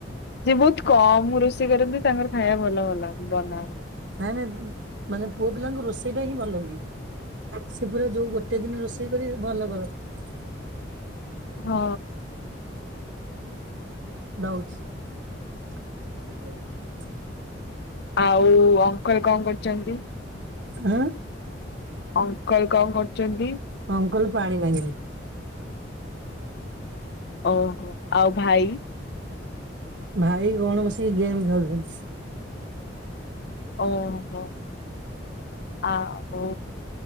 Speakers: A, on the left; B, on the right.
A: ଯେ ବହୁତ କମ୍ ରୋଷେଇ କରନ୍ତି ତାଙ୍କର ଖାଇବା ଭଲ ଭଲ ବନା।
B: ନାଇଁ ନାଇଁ ବୁ ମାନେ ପୁଅ ପିଲାଙ୍କର ରୋଷେଇଟା ହିଁ ଭଲ ହୁଏ। ସି ପୁରା ଯଉ ଗୋଟେ ଦିନ ରୋଷେଇ କରିବେ ଭଲ କରନ୍ତି।
A: ହଁ।
B: ଦଉଛି।
A: ଆଉ ଅ କହିଲେ କଣ କରୁଛନ୍ତି?
B: ଆଁ।
A: ଅଙ୍କଲ କଣ କରୁ ଛନ୍ତି।
B: ଅଁକଲ୍ ପାଣି ମଙ୍ଗିଲେ।
A: ଓହୋ ଆଉ ଭାଇ।
B: ଭାଇ କଣ ବସିକି ଗେମ୍ ଖେଳୁଛନ୍ତି।
A: ଓ ହୋ ଆ ଓ